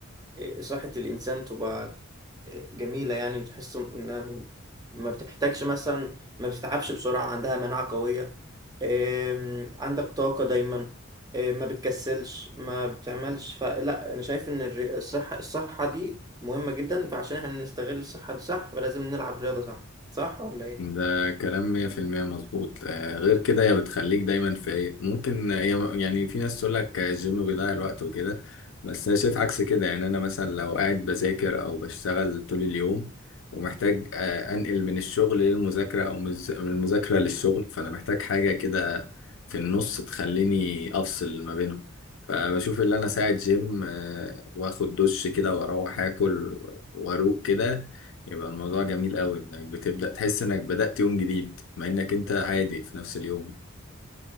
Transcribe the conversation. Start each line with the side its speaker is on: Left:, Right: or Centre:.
Right: آه، صحه الانسان تبقى آه، جميله يعني تحس انها ما بتحتاجش مثلا ما بتتعبش بسرعه عندها مناعه قويه آم، عندك طاقه دايما آم، ما بتكسلش ما بتعملش فلا انا شايف ان الري- الصحه الصحه دي مهمه جدا فعشان احنا نستغل الصحه دي صح فلازم نلعب رياضه صح صح ولا
Left: ده كلام مية في المية مظبوط آه، غير كده هي بتخليك دايما فايق ممكن هي يعني في ناس تقول لك الجيم بيضيع الوقت وكده بس أنا شايف عكس كده يعني أنا مثلا لو قاعد بذاكر أو بشتغل طول اليوم ومحتاج آه، أنقل من الشغل للمذاكرة أو من الز- من المذاكرة للشغل فأنا محتاج حاجة كده في النص تخليني أفصل ما بينهم فبشوف اللي أنا ساعة جيم آه، وآخد دش كده وأروح آكل وأروق كده يبقى الموضوع جميل قوي انك بتبدأ تحس انك بدأت يوم جديد مع انك انت
Right: ايه
Left: عادي في نفس اليوم